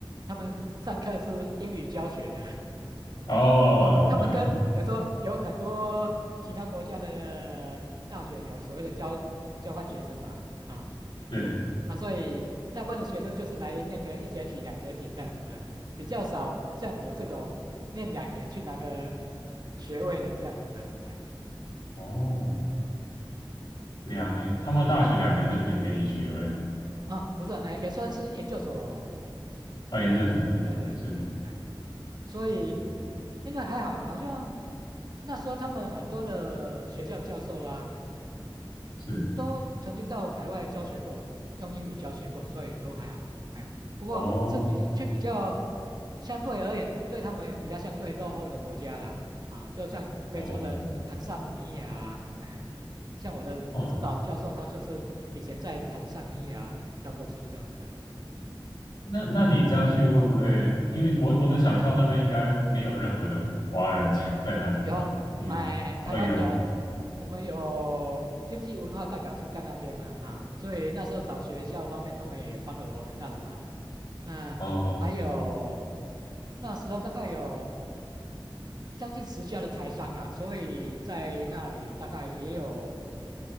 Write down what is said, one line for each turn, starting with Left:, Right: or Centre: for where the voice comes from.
Right: 他们上课是英语教学的，啊、
Left: 哦哦，
Right: 哦，他们跟比如说有很多其他国家的大学有所谓的交交换学生嘛。
Left: 哦 <laughs>
Right: 啊、
Left: 对，
Right: 啊，所以大部分的学生就是来念个一学期、两学期这样子的，比较少像我这种念两年去拿个学位的这样子的，哎，
Left: 哦，两年，他们大学两年就可以给你学位，
Right: 哦，不是，哎，也算是研究所，
Left: 啊，
Right: 哎，
Left: 研究生，研究生是，
Right: 对对对对，
Left: 是
Right: 哎，所以
Left: 嗯嗯，
Right: 因为还好，好像那时候他们很多的学校教授啊，
Left: 是，
Right: 都曾经到海外教学过，用英语教学过，所以都还好。哎，不过是比却比较
Left: 哦，
Right: 相对而言，对他们也比较相对落后的国家啦。啊，就像非洲的坦桑尼亚啊哎，
Left: 哦，
Right: 像我的指导教授他就是以前在坦桑尼亚教过书这样子的。
Left: 哇，那那你这样去会不会？因为我我能想象那边应该没有任何的华人在在那里吧？
Right: 有，
Left: 你，
Right: 哎，台湾人，
Left: 哦有啊，
Right: 我们有经济文化代表处在那边嘛，哈、所以那时候找学校方面，他们也帮了我很大的忙。那还有
Left: 哦
Right: 那时候大概有将近十家的台商啊，所以在那里大概也有。